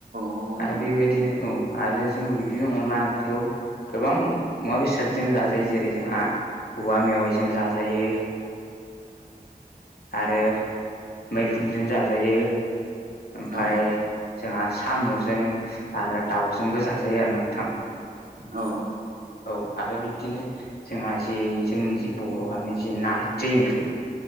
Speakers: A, on the right (about 65°); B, on the left (about 80°).
A: नंगौ नोंथां
B: आरो बेबायदिनो औ आरो जोङो बिदिनो अनला ओंख्रिखौ गोबां मुवा बेसादजों जाजायो जेरै जोंहा औवा मेवायजों जाजायो। आरो मैखुनजों जाजायो। ओमफाय
A: औ
B: जोंहा साम'जों आरो दावजोंबो जाजायो आरो नोंथां
A: औ।
B: औ आरो बिदिनो जोंहा जि जोंनि जि बर' हारिनि जि नारजि ओंख्रि